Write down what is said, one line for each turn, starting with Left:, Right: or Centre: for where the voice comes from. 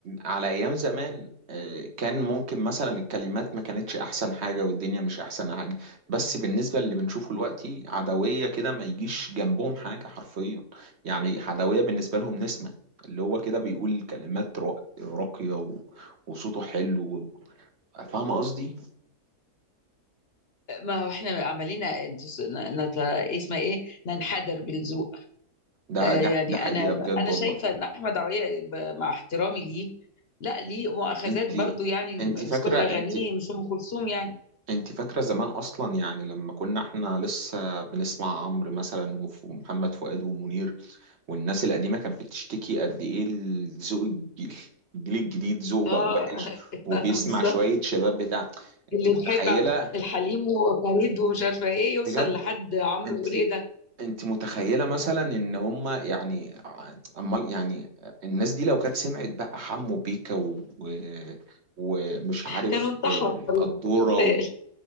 Right: على ايام زمان آه، كان ممكن مثلا الكلمات ما كانتش احسن حاجه والدنيا مش احسن حاجه بس بالنسبه للي بنشوفه دلوقتي عدويه كده ما يجيش جنبهم حاجه حرفيا يعني عدويه بالنسبه لهم نسمه اللي هو كده بيقول كلمات را- راقيه و- وصوته حلو و- فاهمه قصدي
Left: ما هو احنا عمالين نت... نت... اسمها ايه ننحدر بالذوق
Right: ده
Left: آه، يعني
Right: ده ده حقيقه
Left: انا
Right: بجد
Left: انا
Right: والله
Left: شايفه ان احمد عويه ب- مع احترامي ليه لا ليه مؤاخذات
Right: انت
Left: برضو يعني
Right: انت
Left: مش
Right: فاكره
Left: كل اغانيه
Right: انت
Left: مش ام كلثوم يعني
Right: انت فاكرة زمان اصلا يعني لما كنا احنا لسه بنسمع عمرو مثلا وف- ومحمد فؤاد ومنير والناس القديمة كانت بتشتكي قد ايه الذوق الج- الجيل الجديد ذوق بقى
Left: اه
Right: وحش
Left: <laughs>
Right: وبيسمع
Left: بالظبط
Right: شوية شباب بتاع انت
Left: اللي
Right: متخيلة
Left: بيحب عبد الحليم وفريد ومش عارفه ايه يوصل
Right: بجد
Left: لحد عمرو
Right: انت
Left: يقول ايه ده
Right: انت متخيلة مثلا ان هما يعني ع- امال يعني الناس دي لو كانت سمعت بقى حمو بيكا و... و- ومش عارف
Left: كانوا انتحروا
Right: آه، قدورة
Left: متهيألي.